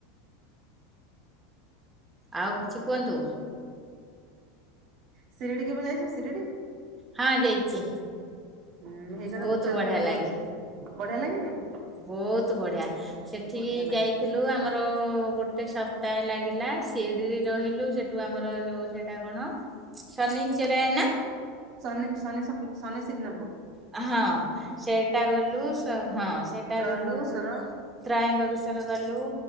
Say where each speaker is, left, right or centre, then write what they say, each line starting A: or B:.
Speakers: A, on the right (about 20°); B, on the right (about 50°).
A: ଆଉ କିଛି କୁହନ୍ତୁ।
B: ଶିରିଡି କେବେ ଯାଇଚ ଶିରିଡି?
A: ହଁ ଯାଇଛି
B: ହୁଁ ହେଇ କଥା
A: ବହୁତ
B: ପଚାରୁଚି,
A: ବଢିଆ
B: ଆ, ମୁଁ କହିଲି
A: ଲାଗେ
B: ଓଡିଶା ବଢିଆ ଲାଗେନି?
A: ବହୁତ ବଢିଆ ସେଠିକି
B: ବଢିଆ ଲାଗେ।
A: ଯାଇ ଥିଲୁ, ଆମର ଗୋଟେ ସପ୍ତାହେ ଲାଗିଲା, ସିଡିରି ରହିଲୁ, ସେଠୁ ଆମର ଯୋଉ ସେଟା କଣ ଶନିଚରାୟ ନା?
B: ଶନି ଶନି ଶନି ଶନିସିଗ୍ନାପୁର।
A: ଅ, ହଁ ସେଟା ଗଲୁ ସ-ହଁ ସେଟା
B: ତ୍ରୟମ୍ବକେଶ୍ଵର
A: ଗଲୁ। ତ୍ରୟବଗେଶର ଗଲୁ,